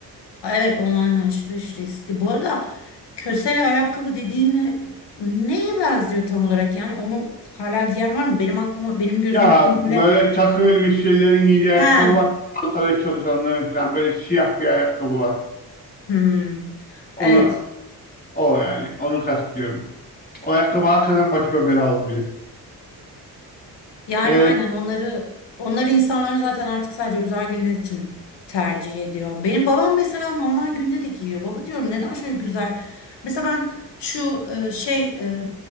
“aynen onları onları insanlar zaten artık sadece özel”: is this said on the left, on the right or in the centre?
Left